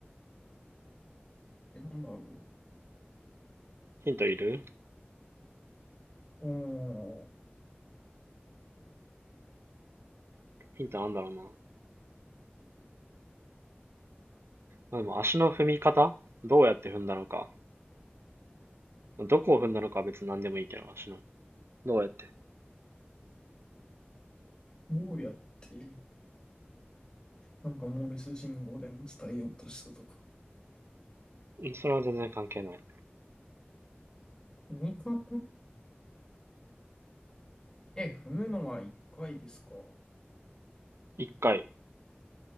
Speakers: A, on the left; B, on the right.
A: え、なんだろ
B: ヒントいる
A: う。ああ、
B: ヒントなんだろうな。まあ、でも足の踏み方どうやって踏んだのか。どこを踏んだのかは別に何でもいいけど、足の。どうやって。
A: どうやって。なんかモールス信号でも伝えようとしたとか。
B: うんそれは全然関係ない。
A: 踏み方、え、踏むのは1回ですか。
B: 一回。